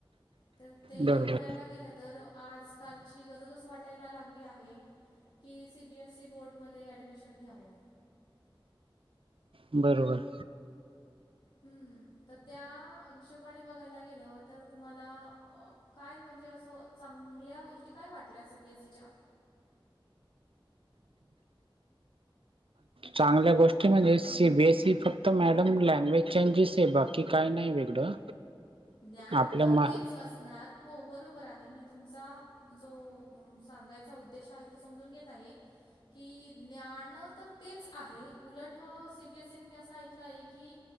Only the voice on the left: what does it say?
तर ते
म्हणायला गेलं तर, आजकालची गरजच वाटायला लागली आहे. की, सी बी एसई बोर्डमध्ये ॲडमिशन घ्यावं.
हम्म. तर त्या हिशोबाने बघायला गेलं, तर तुम्हाला अं काय म्हणजे असं चांगल्या गोष्टी काय वाटल्या सर बीएसीच्या?
ज्ञान
तर
तेच असणार. हो बरोबर आहे मी तुमचा जो अं सांगायचा उद्देश आहे तो समजून घेत आहे. की ज्ञान तर तेच आहे. उलट सीबीएसीत मी असं ऐकलं आहे की